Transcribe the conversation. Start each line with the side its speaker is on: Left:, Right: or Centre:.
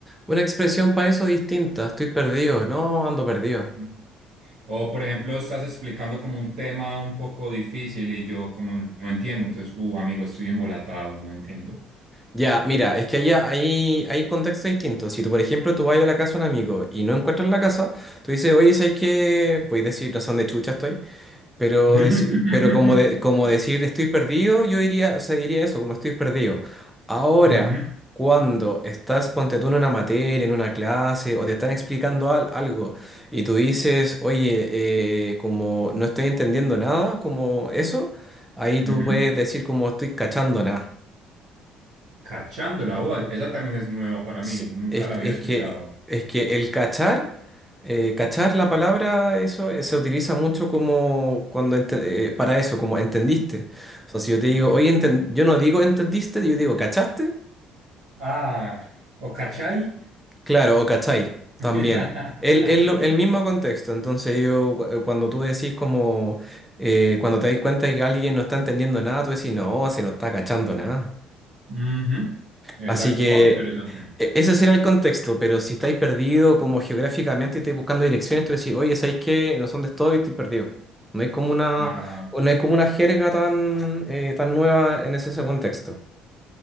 Centre: una expresión para eso distinta. Estoy perdido, no, ando perdido.
Right: Mm. O, por ejemplo, estás explicando como un tema un poco difícil y yo como no no entiendo. Entonces, uh, amigo, estoy embolatado, no entiendo.
Centre: Ya, mira, es que hay, hay, hay contextos distintos. Si tú, por ejemplo, tú vas a la casa de un amigo y no encuentras la casa, tú dices, oye, ¿sabes qué? Puedes decir, no sé dónde chucha estoy. Pero,
Right: <laughs>
Centre: deci- pero como, de- como decir estoy perdido, yo diría, o sea, diría eso, como estoy perdido. Ahora,
Right: Ujú,
Centre: cuando estás, ponte tú en una materia, en una clase, o te están explicando al- algo, y tú dices, oye, eh, como no estoy entendiendo nada, como eso, ahí tú
Right: ujú.
Centre: puedes decir como estoy cachando nada.
Right: Cachando la voz, esa también es nueva para
Centre: Sí,
Right: mí, nunca
Centre: es,
Right: la
Centre: que,
Right: había escuchado.
Centre: es que es que el cachar, eh, cachar la palabra, eso eh, se utiliza mucho como cuando ente- eh, para eso, como entendiste. O sea, si yo te digo,
Right: Mm.
Centre: oye, enten- yo no digo entendiste, yo digo cachaste,
Right: Ah, o cachai.
Centre: claro, o cachai,
Right: <laughs>
Centre: también. El, el, lo- el mismo contexto, entonces yo cu- eh, cuando tú decís como, eh, cuando te das cuenta que alguien no está entendiendo nada, tú decís, no, si no está cachando nada.
Right: Ujú, Exacto,
Centre: Así que
Right: oh, interesante.
Centre: e- ese
Right: Me
Centre: sería
Right: gusta.
Centre: el contexto, pero si estáis perdido como geográficamente y estáis buscando direcciones, tú decís, oye, ¿sabéis qué? No sé dónde estoy, estoy perdido. No hay como una,
Right: Ah,
Centre: o no hay como una jerga tan, eh, tan nueva en ese, ese contexto,